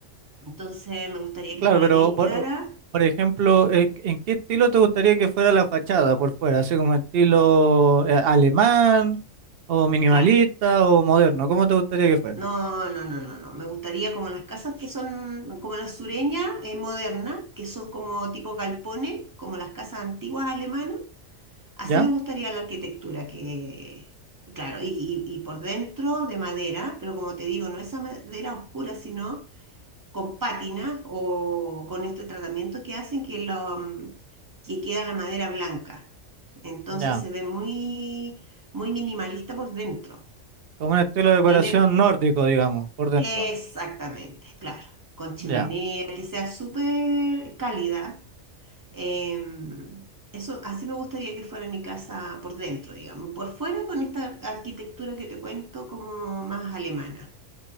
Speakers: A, on the right; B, on the right.
A: Entonces me gustaría que
B: Claro,
A: fuera
B: pero
A: bien
B: por,
A: clara.
B: por ejemplo, eh, ¿en qué estilo te gustaría que fuera la fachada por fuera? ¿Así como estilo eh, alemán o minimalista
A: Claro.
B: o moderno? ¿Cómo te gustaría que fuera?
A: No, no, no, no, no. Me gustaría como las casas que son como las sureñas, eh, modernas, que son como tipo galpones, como las casas antiguas alemanas Así
B: ¿Ya?
A: me gustaría la arquitectura, que, claro, y, y- y por dentro de madera, pero como te digo, no esa madera oscura, sino con pátinas o con este tratamiento que hacen que, lo, mm, que queda la madera blanca. Entonces
B: Ya.
A: se ve muy, muy minimalista por dentro.
B: Como un estilo de decoración
A: En el,
B: nórdico, digamos, por dentro.
A: exactamente, claro, con chimenea,
B: Ya.
A: que sea súper cálida Em, eso, así me gustaría que fuera mi casa por dentro, digamos, por fuera con esta arquitectura que te cuento como más alemana.